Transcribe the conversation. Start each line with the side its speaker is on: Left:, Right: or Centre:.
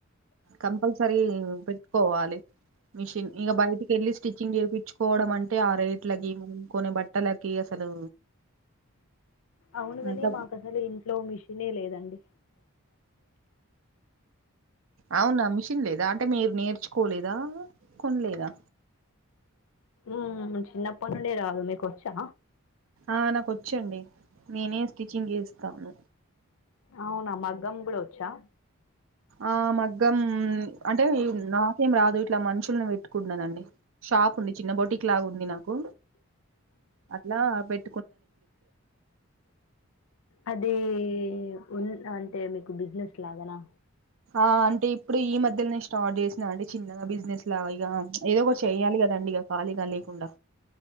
Right: కంపల్సరీ పెట్టుకోవాలి మిషన్ ఇంక బయటికి వెళ్ళి స్టిచ్చింగ్ చేయిించుకోవడం అంటే ఆ రేట్ల మనం కొనే బట్టల కే అసలు
Left: అవునుగాని
Right: అంత
Left: మాకు అసలు ఇంట్లో మిష నే లేదండి
Right: అవునా మిషన్ లేదా అంటే మీరు నేర్చుకోలేదా కొనలేదా
Left: ఉ చిన్నప్పటి నుండి రాదు మీకు వచ్చా
Right: ఆనకొచ్చండి నేనే స్టిచ్చింగ్ చేస్తాను
Left: అవునా మగ్గం కూడా వచ్చా
Right: ఆ మగ్గం అంటే ఇం నాకేమ్ రాదు ఇట్లా మనుచుల్లను వేట్టుకున్నానండి షాప్ ఉంది చిన్న బోటిక్ లాగ ఉంది నాకు అట్లా పేట్
Left: అదీ ఏయావ్ ఉన్ అంటే మీకు బిజినెస్ లాగానా
Right: ఆ అంటే ఇప్పుడు ఈ మధ్యల్నే స్టార్ట్ జేశిన అండి చిన్నగా బిజినెస్ ఇట్లా ఇగ చ్ ఏదో ఒకట్ చెయ్యాలి కదండి ఇగ ఖాళీగా లేకుండా